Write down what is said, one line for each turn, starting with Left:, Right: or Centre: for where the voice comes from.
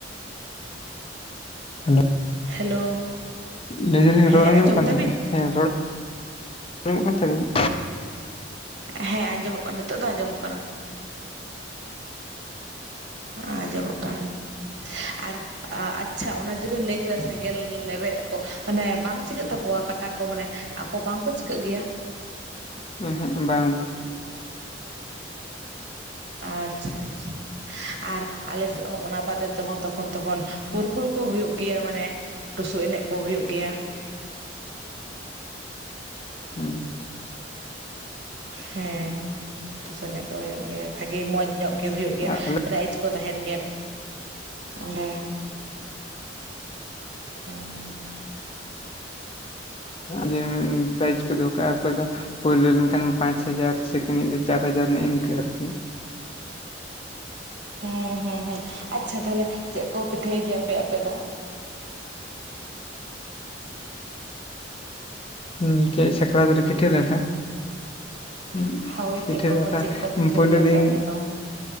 Left: ᱦᱮᱞᱳ
Right: ᱦᱮᱞᱳ
Left: ᱞᱟᱹᱭ ᱮᱫᱟᱞᱤᱧ
Right: ᱦᱮᱸ
Left: ᱨᱚᱲ ᱟᱸᱡᱚᱢᱚᱜ
Right: ᱟᱸᱡᱚᱢ
Left: ᱠᱟᱱ
Right: ᱫᱟᱵᱤᱱ
Left: ᱛᱟᱦᱮᱱᱟᱧ ᱦᱮᱸ ᱨᱚᱲ ᱟᱸᱡᱚᱜ ᱠᱟᱱ ᱛᱟᱞᱤᱧᱟ
Right: ᱦᱮᱸ ᱟᱸᱡᱚᱢᱚᱜ ᱠᱟᱱᱟ ᱱᱤᱛᱚᱜ ᱫᱚ ᱟᱸᱡᱚᱢᱚᱜ ᱠᱟᱱᱟ᱾ ᱟᱸᱡᱚᱢᱚᱜ ᱠᱟᱱᱟ ᱟᱨ ᱟᱪᱪᱷᱟ ᱚᱱᱟ ᱡᱮᱵᱮᱱ ᱞᱟᱹᱭ ᱠᱮᱫᱟ ᱥᱮᱸᱜᱮᱞ ᱞᱮᱵᱮᱫᱟᱠᱚ, ᱢᱟᱱᱮ ᱵᱟᱝ ᱪᱤᱠᱟᱹᱜ ᱛᱟᱠᱚᱣᱟ ᱠᱟᱴᱟ ᱠᱚ ᱢᱟᱱᱮ ᱟᱠᱚ ᱵᱟᱝᱠᱚ ᱪᱤᱠᱟᱹᱜ ᱜᱮᱭᱟ
Left: ᱮᱦᱮᱸᱜ ᱵᱟᱝ ᱵᱟᱝ
Right: ᱟᱪᱪᱷᱟ ᱟᱪᱷᱟ᱾ ᱟᱨ ᱟᱞᱮ ᱥᱮᱫ ᱦᱚᱸ ᱚᱱᱟ ᱵᱟᱫᱮ ᱛᱮᱦᱚᱸ ᱛᱚᱠᱷᱚᱱ ᱛᱚᱠᱷᱚᱱ ᱯᱚᱨᱠᱩᱞ ᱠᱚ ᱦᱩᱭᱩᱜ ᱜᱮᱭᱟ ᱢᱟᱱᱮ ᱴᱩᱥᱩ ᱮᱱᱮᱡ ᱠᱚ ᱦᱩᱭᱩᱜ ᱜᱮᱭᱟ᱾
Left: ᱦᱩᱸ
Right: ᱦᱮᱸ ᱛᱩᱥᱩ ᱮᱱᱮᱡ ᱠᱚ ᱦᱩᱭᱩᱜ ᱜᱮᱭᱟ ᱵᱷᱟᱜᱤ ᱢᱚᱡᱽ ᱧᱚᱜ ᱜᱮ ᱦᱩᱭᱩᱜ ᱜᱮᱭᱟ᱾
Left: ᱟᱞᱮ
Right: ᱯᱨᱟᱭᱤᱡᱽ ᱠᱚ ᱛᱟᱦᱮᱱ ᱜᱮᱭᱟ, ᱚᱸᱰᱮ ᱩᱸ
Left: ᱡᱮ ᱯᱨᱟᱭᱤᱡ ᱠᱚ ᱫᱚᱦᱚ ᱠᱟᱜᱼᱟ ᱚᱠᱚᱭ ᱫᱚ ᱯᱳᱭᱞᱳ ᱞᱮᱱᱠᱷᱟᱱ ᱯᱟᱸᱪ ᱦᱟᱡᱟᱨ, ᱥᱮᱠᱮᱱᱤᱡ ᱫᱚ ᱪᱟᱨ ᱦᱟᱡᱟᱨ, ᱱᱮᱜ-ᱮ ᱱᱤᱝᱠᱟᱹ ᱟᱨ ᱠᱤ
Right: ᱦᱮᱸ ᱦᱮᱸ ᱦᱮᱸ ᱟᱪᱪᱷᱟ ᱛᱟᱦᱞᱮ ᱪᱮᱫ ᱠᱚ ᱯᱤᱴᱷᱟᱹᱭ ᱜᱮᱭᱟᱯᱮ ᱟᱯᱮ ᱫᱚ?
Left: ᱦᱩᱸ ᱪᱮᱜ ᱥᱟᱠᱨᱟᱛ ᱨᱮ ᱯᱤᱴᱟᱹ ᱞᱮᱴᱟ ᱦᱩᱸ
Right: ᱦᱳᱭ
Left: ᱯᱤᱴᱷᱟᱹ
Right: ᱪᱮᱫ ᱠᱚᱠᱚ
Left: ᱞᱟᱴᱷᱟ
Right: ᱪᱮᱫ ᱠᱚ ᱯᱤᱴᱷᱟᱹ
Left: ᱯᱳᱭᱞᱳ
Right: ᱜᱮᱭᱟᱯᱮ
Left: ᱫᱤᱱ
Right: ᱟᱯᱮ ᱫᱚ